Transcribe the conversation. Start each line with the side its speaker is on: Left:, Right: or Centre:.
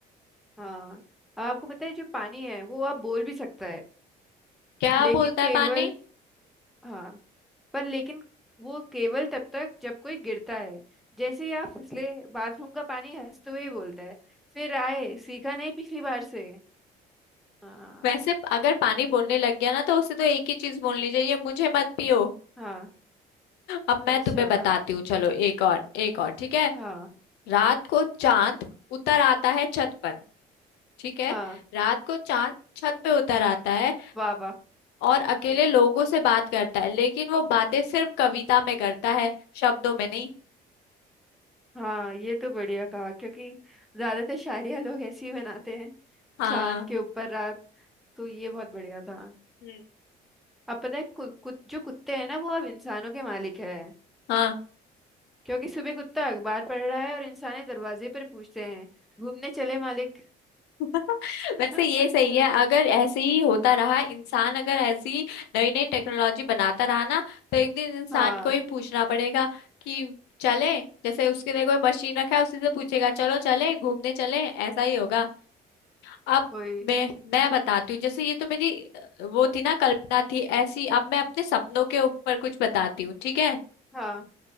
Centre: हाँ आपको पता है जो पानी है वो आप बोल भी सकता है
Left: क्या
Centre: लेकिन
Left: बोलता
Centre: केवल
Left: है पानी
Centre: हाँ पर लेकिन वो केवल तब तक जब कोई गिरता है जैसे ही आप फिसले बाथरूम का पानी हंसते हुए बोलता है फिर आए सीखा नहीं पिछली बार से हाँ
Left: वैसे अगर पानी बोलने लग गया ना तो उसे तो एक ही चीज बोलनी चाहिए मुझे मत पियो
Centre: हाँ
Left: अब मैं
Centre: अच्छा
Left: तुम्हें बताती हूँ चलो एक और एक और ठीक है
Centre: हाँ
Left: रात को चांद उतर आता है छत पर ठीक है
Centre: हाँ
Left: रात को चांद छत पे उतर आता है
Centre: वाह वाह
Left: और अकेले
Centre: हम्म,
Left: लोगों से बात करता है लेकिन वो बातें सिर्फ कविता में करता है शब्दों में नहीं
Centre: हाँ ये तो बढ़िया कहा क्योंकि ज्यादातर शायरिया लोग ऐसी ही बनाते हैं
Left: हाँ
Centre: चांद के ऊपर रात तो ये बहुत बढ़िया था
Left: हम्म
Centre: अब पता है कु, कु, जो कुत्ते हैं ना वो अब इंसानों के मालिक है
Left: हाँ
Centre: क्योंकि सुबह कुत्ता अखबार पढ़ रहा है और इंसान दरवाजे पर पूछते हैं घूमने चले मालिक
Left: <laughs>
Centre: <laughs>
Left: वैसे ये सही है अगर ऐसे ही होता रहा इंसान अगर ऐसी नई नई टेक्नोलॉजी बनाता रहा ना तो एक दिन इंसान
Centre: हाँ
Left: को ही पूछना पड़ेगा कि चले जैसे उसके लिए कोई मशीन रखा है उसी से पूछेगा चलो चले घूमने चले ऐसा ही होगा अब
Centre: वही
Left: मैं मैं बताती हूँ जैसे ये तो मेरी अ, वो थी ना कल्पना थी ऐसी अब मैं अपने सपनों के ऊपर कुछ बताती हूँ ठीक है
Centre: हाँ